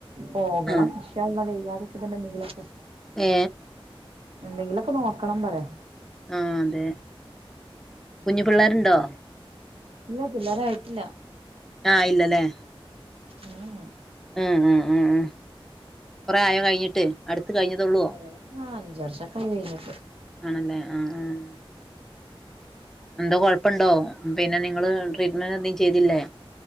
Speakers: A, on the right; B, in the centre.
A: പോകണം
B: ആഹ്
A: ഇൻഷാ അള്ളാ വൈകാതൊക്കെതെന്നെ എന്തെങ്കിലൊക്കെ
B: ഏ
A: എന്തെങ്കിലൊക്കെ നോക്കണം പറയാ
B: ആ അതെ കുഞ്ഞു പിള്ളാരുണ്ടോ
A: ഇല്ല പിള്ളാരായിട്ടില്ല
B: ആഹ് ഇല്ലല്ലേ
A: ഉം ഉം.
B: അഹ് അഹ് അഹ് അഹ് കൊറെ ആയോ കഴിഞ്ഞിട്ട് അടുത്ത് കഴിഞ്ഞതൊള്ളാ
A: കൊറേ ആഹ് അഞ്ച് വർഷൊക്കെ ആയി കഴിഞ്ഞിട്ട്
B: ആണല്ലേ ആഹ്.. ആഹ് എന്തോ കൊഴപ്പം ഉണ്ടോ പിന്നെ നിങ്ങള് ട്രീറ്റ്മെന്റ് എന്തെങ്കിലും ചെയ്തീല്ലേ